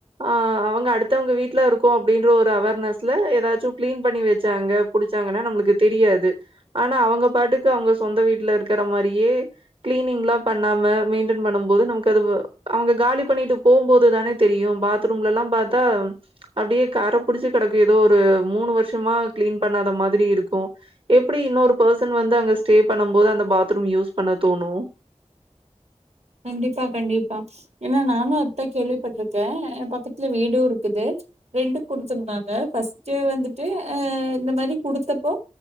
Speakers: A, on the right; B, on the right.
A: ஆஹ் அவங்க அடுத்தவங்க வீட்ல இருக்கோ அப்டின்ற ஒரு அவேர்னஸ்ல எதாச்சு கிளீன் பண்ணி வெச்சாங்க புடிச்சாங்கன்னா நம்மளுக்கு தெரியாது ஆனா அவங்க பாட்டுக்கு அவங்க சொந்த வீட்டுல இருக்கிற மாறியே க்ளி கிளீனிங் எல்லாம் பண்ணாம மெயின்டெய்ன் பண்ணும் போது நம அது அவங்க காலி பண்ணிட்டு போகும்போது தானே தெரியும் பாத்ரூம்ல்லாம் பாத்தா அப்படியே கரை புடிச்சு கிடக்கு ஏதோ ஒரு மூணு வருஷமா கிளீன் பண்ணாத மாதிரி இருக்கும் எப்படி இன்னொரு பர்சன் வந்து அங்க ஸ்டே பண்ணும் போது அந்த பாத்ரூம் யூஸ் பண்ண தோணு ம்
B: கண்டிப்பா கண்டிப்பா ஏன்னா நானும் அத்தா கேள்விப்பட்டிருக்கேன் என் பக்கத்துல வீடும் இருக்குது ரெண்ட்டுக்கு குடுத்துருந்தாங்க ஃபர்ஸ்டே வந்துட்டு இந்த மாதிரி குடுத்தப்போ